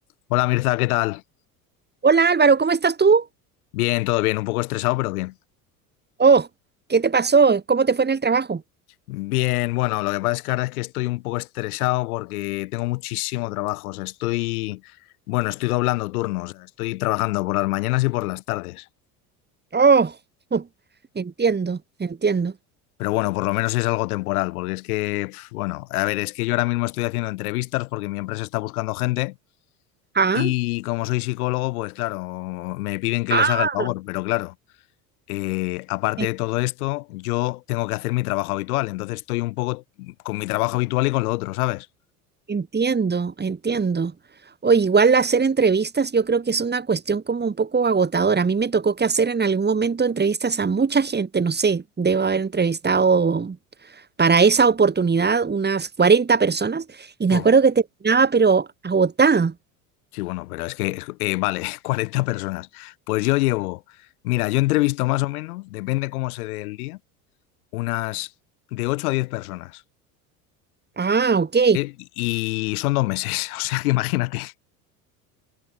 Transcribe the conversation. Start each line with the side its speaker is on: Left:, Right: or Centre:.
Left: Hola Mirza, ¿qué tal?
Right: Hola Álvaro, ¿cómo estás tú?
Left: Bien, todo bien, un poco estresado, pero bien.
Right: Oh, ¿qué te pasó? ¿Cómo te fue en el trabajo?
Left: Bien, bueno, lo que pasa es que ahora es que estoy un poco estresado porque tengo muchísimo trabajo. O sea, estoy, bueno, estoy doblando turnos, o sea, estoy trabajando por las mañanas y por las tardes.
Right: Oh, <laughs> entiendo, entiendo.
Left: Pero bueno, por lo menos es algo temporal, porque es que, pf, bueno, a ver, es que yo ahora mismo estoy haciendo entrevistas porque mi empresa está buscando gente
Right: Ah,
Left: y como soy psicólogo, pues claro, me piden que
Right: ah,
Left: les haga el favor, pero claro, eh, aparte
Right: en-
Left: de todo esto, yo tengo que hacer mi trabajo habitual, entonces estoy un poco con mi trabajo habitual y con lo otro, ¿sabes?
Right: entiendo, entiendo. O igual hacer entrevistas, yo creo que es una cuestión como un poco agotadora. A mí me tocó que hacer en algún momento entrevistas a mucha gente, no sé, debo haber entrevistado para esa oportunidad unas 40 personas y
Left: Puf,
Right: me acuerdo que terminaba pero agotada.
Left: sí, bueno, pero es que, es- eh, vale, <laughs> 40 personas. Pues yo llevo, mira, yo entrevisto más o menos, depende cómo se dé el día, unas de 8 a 10 personas.
Right: Ah, ok.
Left: Eh, Y son dos meses, <laughs> o sea que imagínate.